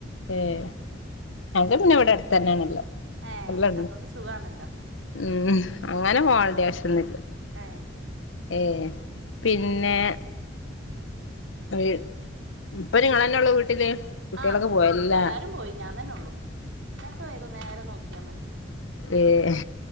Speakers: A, on the left; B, on the right.
A: ഏഹ് അൻ്റെ പിന്നെ വിടെ അടുത്തന്നെണല്ലോ.
B: ഏഹ്
A: എല്ലണ്ട്
B: അതോണ്ട് സുഖാണല്ലോ
A: ഉം അങ്ങനെ പോവണ്ട്യ ആവശ്യൊന്നില്ല.
B: ഏഹ്
A: ഏഹ് പിന്നെ <unintelligible> ഇപ്പൊ നിങ്ങളന്നെ ഉള്ളൂ വീട്ടില് കുട്ടികളൊക്കെ
B: ആഹ്
A: പോയല്ലേ
B: അല്ലാരും പോയി ഞാൻ തന്നെ ഒള്ളൂ നിഒക്കെ വൈകുന്നേരം നോക്ക്യാ മതി
A: ഏഹ്